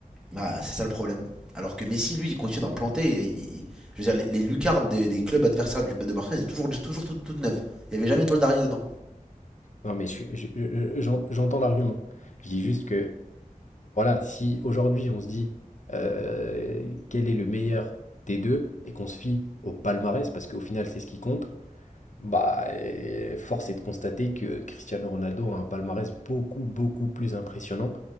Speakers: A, in the centre; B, on the left.
A: Bah, c'est ça le problème. Alors que Messi, lui, il continue d'en planter. et il- il- je veux dire, les, les lucarnes des, des clubs adversaires du, de Barça, c'est toujours, toujours toutes toutes neuves. Il n'y avait jamais une toile d'araignée dedans.
B: Non mais je suis je je j'en j'entends l'argument. Je dis juste que, voilà, si aujourd'hui on se dit, heu, quel est le meilleur des 2 et qu'on se fie au palmarès parce qu'au final c'est ce qui compte, bah, eh, force est de constater que Cristiano Ronaldo a un palmarès beaucoup, beaucoup plus impressionnant